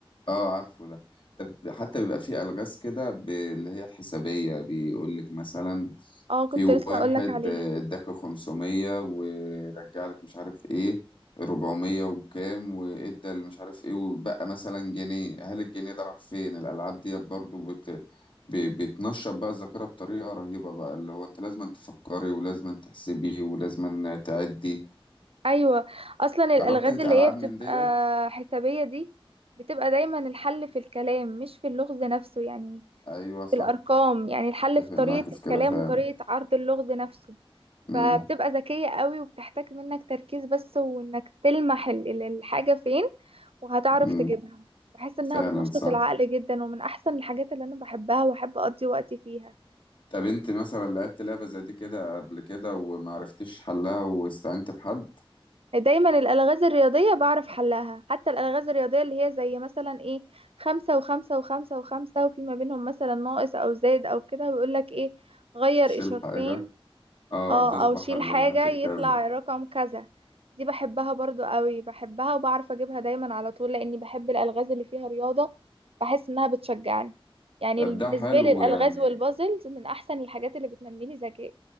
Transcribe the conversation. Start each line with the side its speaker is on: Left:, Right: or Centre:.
Left: اه عارفه ده طب حتى بيبقى فيه الغاز كده ب- اللي هي الحسابيه بيقول لك مثلا
Right: اه كنت
Left: في واحد
Right: لسه أقولك عليه
Left: آه، اداك 500 ورجع لك مش عارف ايه 400 وكام وادى اللي مش عارف ايه وبقى مثلا جنيه هل الجنيه ده راح فين الالعاب دي برضو بت... ب... بتنشط بقى الذاكره بطريقه رهيبه بقى اللي هو انت لازم تفكري ولازم تحسبي ولازم تعدي
Right: ايوه اصلا الالغاز
Left: جربت انت
Right: اللي
Left: العاب
Right: هي بتبقى
Left: من ديت
Right: حسابيه دي بتبقى دايما الحل في الكلام مش في اللغز نفسه يعني
Left: ايوه صح
Right: في الارقام يعني الحل
Left: اتفق
Right: في طريقه
Left: معاك في
Right: الكلام
Left: كده فعلا
Right: وطريقه عرض اللغز نفسه
Left: امم
Right: فبتبقى ذكيه قوي وبتحتاج منك تركيز بس وانك تلمح ال- ال- الحاجه فين وهتعرف
Left: امم
Right: تجيبها بحس انها
Left: فعلا
Right: بتنشط
Left: صح
Right: العقل جدا ومن احسن الحاجات اللي انا بحبها واحب اقضي وقتي فيها
Left: طب انت مثلا لعبت لعبه زي دي كده قبل كده ومعرفتش حلها واستعنت بحد
Right: دايما الألغاز الرياضية بعرف حلها حتى الألغاز الرياضية اللي هي زي مثلا ايه خمسة وخمسة وخمسة وخمسة وفي ما بينهم مثلا ناقص أو زائد أو كده ويقولك ايه غير
Left: تشيل
Right: إشارتين
Left: حاجة اه
Right: اه
Left: تصبح
Right: أو شيل
Left: الناتج
Right: حاجة يطلع
Left: كذا
Right: رقم كذا دي بحبها برضو قوي بحبها وبعرف أجيبها دايما على طول لأني بحب الألغاز اللي فيها رياضة بحس إنها بتشجعني يعني
Left: طب
Right: بالنسبة
Left: ده حلو
Right: لي الألغاز
Left: يعني
Right: والبازلز من أحسن الحاجات اللي بتنمي لي ذكاء